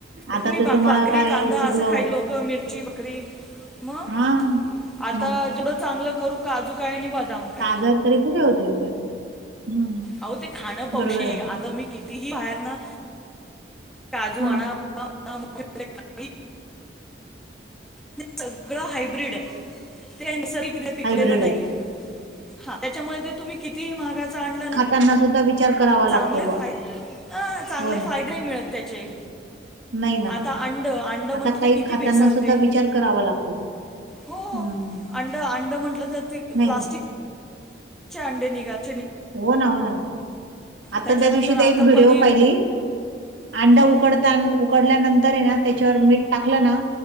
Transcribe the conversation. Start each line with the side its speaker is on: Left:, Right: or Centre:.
Centre: चटणी
Right: आता तर
Centre: भाकरी
Right: तुम्हाला काय
Centre: कांदा
Right: सगळं
Centre: असं खायील लोक मिरची भाकरी मग
Right: हा
Centre: आता
Right: मग
Centre: जवडं चांगलं करू काजू काय आणि बदाम काय.
Right: जर तरी कुठे होते एवढ्या हम्म.
Centre: अहो ते खाणं पावशी
Right: बरोबर आहे ना
Centre: आता मी कितीही बाहेर न काजू
Right: हा
Centre: आणा.... <inaudible> आताच <inaudible> सगळं हायब्रीड आहे ते सर पिकलेलं
Right: हायब्रीड
Centre: नाही
Right: आहे
Centre: हां त्याच्यामुळे ते तुम्ही कितीही महागाच आणलं ना.
Right: त्यांना सुद्धा विचार करावा लागतो
Centre: चांगले
Right: बा
Centre: फाय अ चांगले
Right: हो ना
Centre: फायदे मिळते त्याचे
Right: नाही ना
Centre: आता अंड -अंड म्हटलं
Right: आता काही
Centre: तर किती
Right: खाताना
Centre: भेसळ होते.
Right: सुद्धा विचार करावा लागतो
Centre: हो
Right: हम्म
Centre: अंड- अंड म्हटलं तर ते
Right: नाही
Centre: प्लास्टिक
Right: का
Centre: चे अंडे निघाले.
Right: हो ना - हो ना. आता
Centre: त्याच्यानंतर
Right: त्या दिवशी
Centre: आता
Right: ते एक व्हिडिओ
Centre: पनीर
Right: पाहिली अंड
Centre: हं,
Right: उकडत उकडल्यानंतर ना त्याच्यावर मीठ टाकलं ना